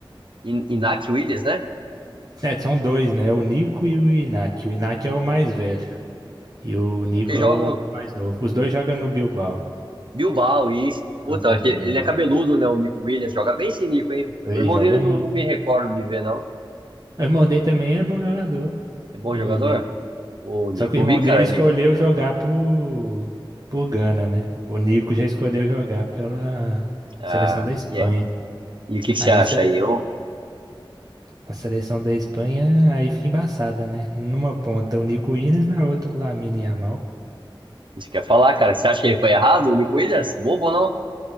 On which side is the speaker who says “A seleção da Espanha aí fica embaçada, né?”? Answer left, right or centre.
Right